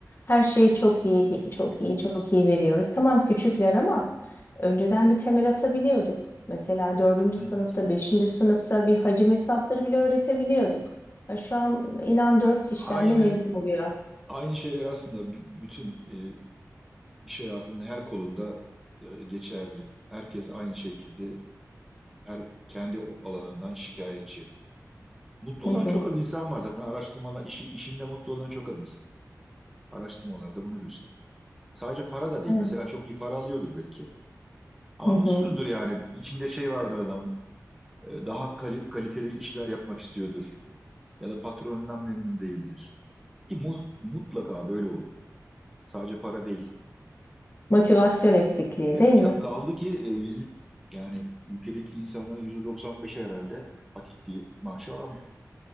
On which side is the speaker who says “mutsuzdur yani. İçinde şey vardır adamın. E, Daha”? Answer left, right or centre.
Centre